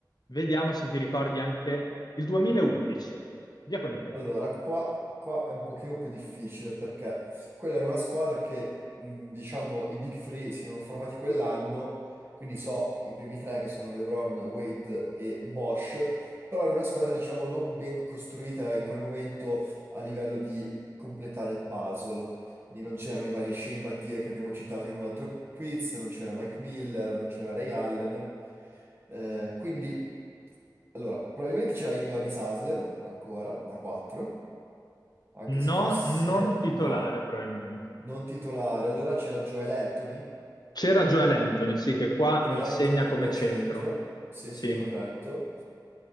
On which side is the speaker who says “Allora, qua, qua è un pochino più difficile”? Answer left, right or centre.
Right